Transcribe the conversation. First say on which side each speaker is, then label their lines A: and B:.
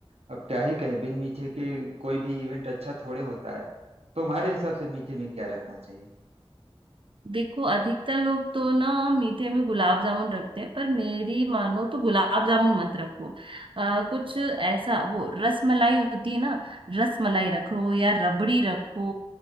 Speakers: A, on the right; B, on the right.
A: अब क्या ही कहें बिन मीठे के कोई भी इवेंट अच्छा थोड़े होता है तुम्हारे हिसाब से मीठे में क्या रखना चाहिए
B: देखो अधिकतर लोग तो ना मीठे में गुलाब जामुन रखते हैं पर मेरी मानो तो गुलाब जामुन मत रखो आ, कुछ ऐसा वो रस मलाई होती है ना रस मलाई रखो या रबड़ी रखो